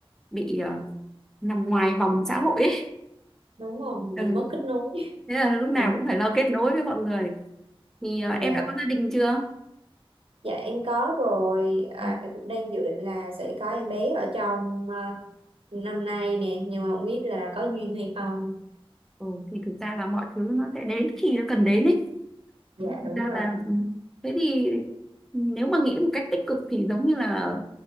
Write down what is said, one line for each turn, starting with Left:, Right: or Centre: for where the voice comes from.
Centre: bị ờ, nằm ngoài vòng xã hội ấy.
Right: đúng rồi mình
Centre: Ừ,
Right: mất kết nối
Centre: thế là lúc nào
Right: mình
Centre: cũng phải lo kết nối với mọi người. Thì ờ, em
Right: dạ
Centre: đã có gia đình chưa?
Right: dạ em có rồi à,
Centre: Ừ,
Right: em cũng đang dự định là sẽ có em bé ở trong ờ, năm nay nè nhưng mà không biết là có duyên hay không
Centre: Ừ, thì thực ra là mọi thứ nó sẽ đến khi nó cần đến ấy.
Right: dạ
Centre: Thực
Right: đúng
Centre: ra
Right: rồi
Centre: là ừ, thế thì nếu mà nghĩ một cách tích cực thì giống như là